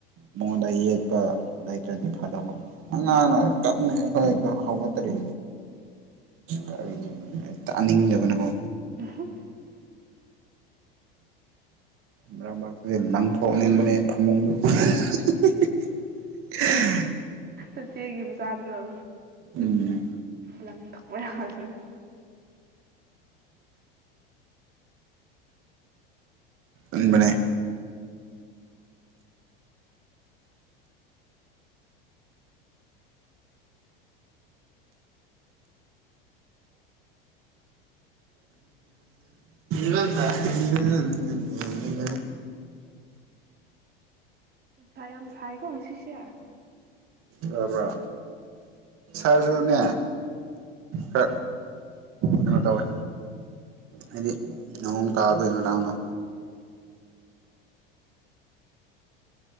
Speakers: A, on the right; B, on the right.
A: ꯃꯉꯣꯟꯗ ꯌꯦꯠꯄ ꯂꯩꯇ꯭ꯔꯗꯤ ꯐꯗꯧꯕ ꯑꯉꯥꯡꯅ ꯀꯞꯅ ꯑꯩꯈꯣꯏ ꯍꯧꯒꯠꯇꯔꯤ ꯀꯔꯤ ꯇꯥꯅꯤꯡꯗꯕꯅꯀꯣ꯫
B: <unintelligible>
A: ꯃꯔꯛ ꯃꯔꯛꯁꯦ ꯂꯡꯊꯣꯛꯟꯅꯤꯡꯕꯅꯦ ꯐꯃꯨꯡ <unintelligible>
B: ꯅꯆꯦꯒꯤ ꯃꯆꯥꯗꯨꯔꯣ꯫
A: ꯎꯝ
B: ꯂꯡ ꯊꯣꯛꯄ ꯌꯥ <unintelligible>
A: ꯎꯕꯅꯦ <unintelligible>
B: ꯁꯥꯏꯌꯥꯝ ꯁꯥꯏꯀꯣ ꯉꯁꯤꯁꯦ
A: ꯇꯥꯕ꯭ꯔꯥ
B: ꯎꯝ
A: ꯇꯖꯨꯅꯦ ꯍ ꯀꯩꯅꯣ ꯇꯧꯋꯦ ꯍꯥꯏꯗꯤ ꯅꯣꯡ ꯇꯕꯒꯤ ꯉꯔꯥꯡꯗꯣ